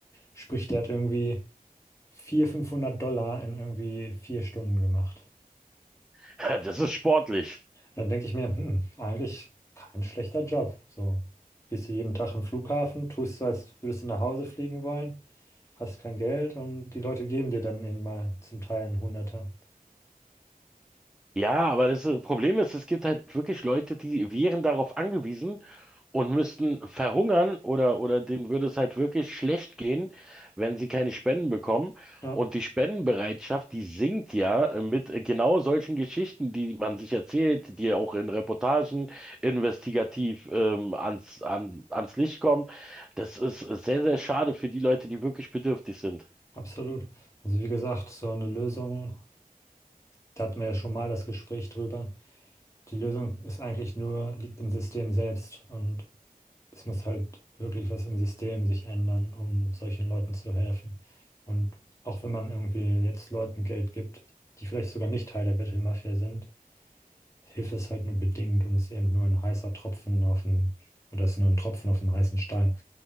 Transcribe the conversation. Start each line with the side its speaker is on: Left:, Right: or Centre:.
Left: Sprich, der hat irgendwie 400, 500 Dollar in irgendwie vier Stunden gemacht.
Centre: <laughs> Das ist sportlich.
Left: Dann denke ich mir, hm, eigentlich kein schlechter Job. So, gehst du jeden Tag im Flughafen, tust so, als würdest du nach Hause fliegen wollen, hast kein Geld und die Leute geben dir dann eben mal zum Teil einen Hunderter.
Centre: Ja, aber das ist- Problem ist, es gibt halt wirklich Leute, die wären darauf angewiesen, und müssten verhungern oder, oder denen würde es halt wirklich schlecht gehen, wenn sie keine Spenden bekommen.
Left: Ja,
Centre: Und die Spendenbereitschaft, die sinkt ja äh, mit äh, genau solchen Geschichten, die man sich erzählt, die auch in Reportagen investigativ ähm, ans, an, ans Licht kommen. Das ist sehr, sehr schade für die Leute, die wirklich bedürftig sind.
Left: absolut. Also wie gesagt, so eine Lösung, da hatten wir ja schon mal das Gespräch drüber. Die Lösung ist eigentlich nur, liegt im System selbst und es muss halt wirklich was im System sich ändern, um solchen Leuten zu helfen. Und auch wenn man irgendwie jetzt Leuten Geld gibt, die vielleicht sogar nicht Teil der Bettelmafia sind, hilft das halt nur bedingt und ist eben nur ein heißer Tropfen auf dem, oder ist nur ein Tropfen auf dem heißen Stein.